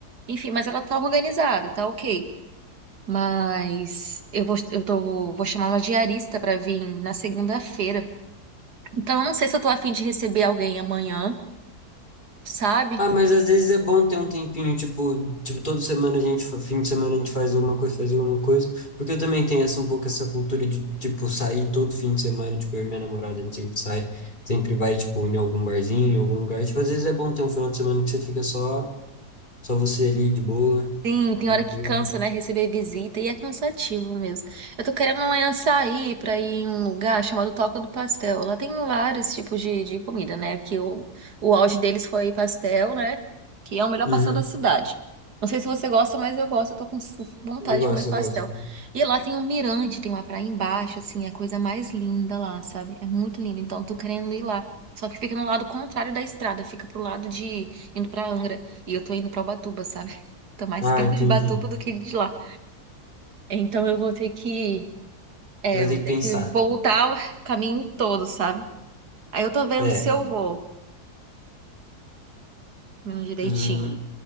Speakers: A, on the right; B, on the left.
A: Enfim, mas ela tá organizada, tá ok. Mas eu vou, eu tô, vou chamar uma diarista para vir na segunda-feira. Então eu não sei se eu tô afim de receber alguém amanhã, sabe?
B: Ah, mas às vezes é bom ter um tempinho, tipo, tipo, toda semana a gente, fa- fim de semana a gente faz alguma coisa, faz alguma coisa, porque eu também tenho essa um pouco essa cultura de, tipo, sair todo fim de semana, tipo, eu e minha namorada, a gente sempre sai, sempre vai, tipo, em algum barzinho, em algum lugar, tipo, às vezes é bom ter um final de semana que você fica só, só você ali, de boa,
A: Sim, tem
B: tranquilo.
A: hora que cansa, né? Receber visita e é cansativo mesmo. Eu tô querendo amanhã sair pra ir em um lugar chamado Toca do Pastel. Lá tem vários tipos de, de comida, né? Porque o, o auge deles foi pastel, né? Que é o melhor
B: Uhum,
A: pastel da cidade. Não sei se você gosta, mas eu gosto. Eu tô com su- vontade
B: eu gosto,
A: de comer pastel.
B: eu gosto.
A: E lá tem um mirante, tem uma praia embaixo, assim, é a coisa mais linda lá, sabe? É muito lindo. Então, eu tô querendo ir lá. Só que fica no lado contrário da estrada, fica pro lado de indo pra Angra. E eu tô indo pra Ubatuba, sabe? Tô mais
B: Ah,
A: perto
B: entendi.
A: de Batuba do que de lá. Então eu vou ter que, é,
B: Você vai ter
A: vou
B: que
A: ter
B: pensar.
A: que voltar o caminho todo, sabe? Aí eu tô vendo
B: É.
A: se eu vou, mesmo direitinho.
B: Hum,